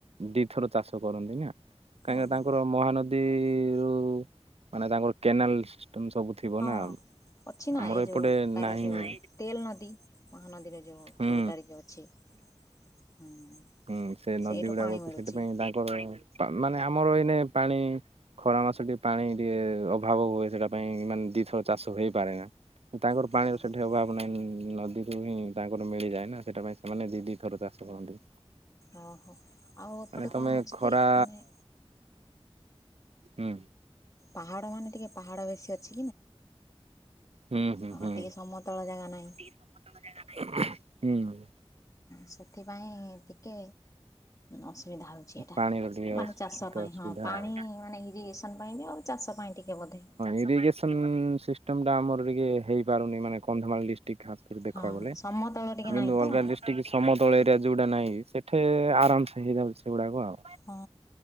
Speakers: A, on the right (about 75°); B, on the left (about 35°).
A: ଦିଥର ଚାଷ କରନ୍ତି ନା କାହିଁକିନା
B: ଓହୋ।
A: ତାଙ୍କର ମହାନ ଦୀରୁ ମାନେ ତାଙ୍କର କେନାଲ ସିଷ୍ଟମ ସବୁ ଥିବ
B: ହଁ
A: ନା
B: ଅଛି ନା
A: ଆମର
B: ଏ ଯୋଉ
A: ଏପଟେ
B: ତାର
A: ନାହିଁ
B: ଯୋଉ ତେଲ ନଦୀ ମହାନଦୀରେ ଯୋଉ
A: ହୁଁ
B: ପୂର୍ବଟାରେ ଯୋଉ ଅଛି ହୁଁ।
A: ହୁଁ ସେ
B: ସେଇଠୁ
A: ନଦୀ ଗୁଡାକ
B: ପାଣି
A: ଅଛି
B: ମିଳୁଛି
A: ସେଥିପାଇଁ ତାଙ୍କର ତା ମାନେ ଆମର ଏଇନେ ପାଣି ଖରା ମାସ ଟିକେ ପାଣି ଟିକେ ଅଭାବ ହୁଏ ସେଟା ପାଇଁ ମାନେ ଦିଥର ଚାଷ ହେଇପାରେ ନା। ତାଙ୍କର
B: ହଁ
A: ପାଣିର ସେଇଠି
B: ଠିକ୍।
A: ଅଭାବ ନାହିଁ ନଦୀରୁ ହିଁ। ତାଙ୍କର ମିଳିଯାଏ ନା ସେଇଟା ପାଇଁ ସେମାନେ ଦି ଦି ଥର ଚାଷ କରନ୍ତି।
B: ଓହୋ ଆଉ ଏପଟେ
A: ମାନେ ତମେ
B: କଣ ହଉଛି
A: ଖରା
B: କି ମାନେ।
A: ହୁଁ।
B: ପାହାଡ ମାନେ ଟିକେ। ପାହାଡ଼ ବେଶୀ ଅଛି
A: ହୁଁ ହୁଁ
B: ଅ
A: ହୁଁ
B: ଟିକେ ସମତଳ ଜାଗା ନାହିଁ।
A: ହୁଁ।
B: ସେଥିପାଇଁ ଟିକେ ଅସୁବିଧା ହଉ। ଛି ଏଟା
A: ପାଣିର ଟିକେ
B: ମାନେ
A: ଅସୁବିଧା
B: ଚାଷ ପାଇଁ
A: ଅସୁବିଧା
B: ହଁ ପାଣି
A: ଆଉ।
B: ମାନେ ଇରିଗେସନ ପାଇଁ ବି ଆଉ ଚାଷ ପାଇଁ ଟିକେ ବୋଧେ।
A: ଇରିଗେସନ୍ ସିଷ୍ଟମ୍ଟା ଆମର ଟିକେ ହେଇପାରୁନି ମାନେ କନ୍ଧମାଳ ଡିଷ୍ଟ୍ରିକ୍ ଟା। ଦେଖ
B: ହଁ
A: ଗଲେ
B: ସମତଳ ଟିକେ
A: କିନ୍ତୁ
B: ନାହିଁ ତ
A: ଅଲଗା
B: ହଁ।
A: ଡ଼ିଷ୍ଟି। ଟିକେ ସମତଳ ଏରିଆ ଯଉଟା ନାହିଁ ସେଠେ ଆରାମ ସେ ହେଇଯାଉଛି ସେଗୁଡାକ ଆଉ।
B: ହଁ